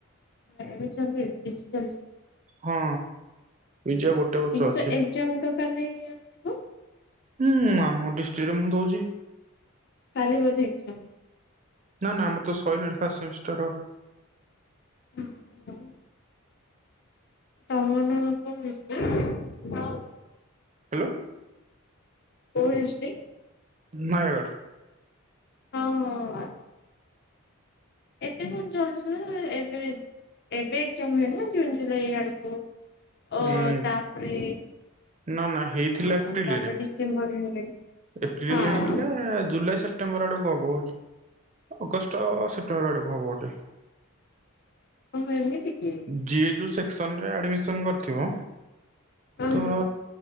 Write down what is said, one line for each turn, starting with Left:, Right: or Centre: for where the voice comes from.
Left: ହ ଏବେ ଚାଲିବି କିଛି ଚାଲିଛି
Right: ହଁ ପଜୟ ଗୋଟେ ବର୍ଷ
Left: ଏ ଯେ
Right: ଅଛି।
Left: ତ ଏକ୍ଜାମ ତ କାଲି ଥିବ
Right: ହୁଁ ଆମ ଡିଷ୍ଟ୍ରିକଟ ରେ ମୁଁ ଦଉଛି।
Left: କାଲି ବଧେ ଏକ୍ସାମ୍।
Right: ନା ନା ଆମର ତ ସରିଲାଣି ଫାଷ୍ଟ ସେମିଷ୍ଟାରର।
Left: ଓ ହୋ <unintelligible> ତମ ନାଁ କ <unintelligible>
Right: ହ୍ୟାଲୋ।
Left: କୋଉ ଡିଶ୍ରିକ୍ଟ।
Right: ନୟାଗଡ଼।
Left: ହଁ ହଁ ଆ ଏତେ ବତ ଜଳଛ ଏବେ ଏବେ ଏକ୍ସାମ ହ ନା ଜୁନ୍ ଜୁଲାଇ ଆଡ଼କୁ ଓ
Right: ଉଁ
Left: ତାପରେ।
Right: ନା ନା ହେଇଥିଲା
Left: ହଁ
Right: ଏପ୍ରିଲରେ।
Left: <unintelligible>
Right: ଏପ୍ରିଲରେ
Left: ହଁ
Right: ହେଇଥିଲା ଜୁଲାଇ ସେ ସେପ୍ଟେମ୍ବର ଆଡକୁ ହବ ଅଗଷ୍ଟ ସେପ୍ଟେମ୍ବର ଆଡକୁ ହବ ଗୋଟେ।
Left: ହଣ ଏମତିତି କି।
Right: ଜିଏ ଯେଉଁ ସେକ୍ସନରେ ଆଡ଼ମିସନ୍ କରିଥିବ
Left: ଓହୋ।
Right: ତ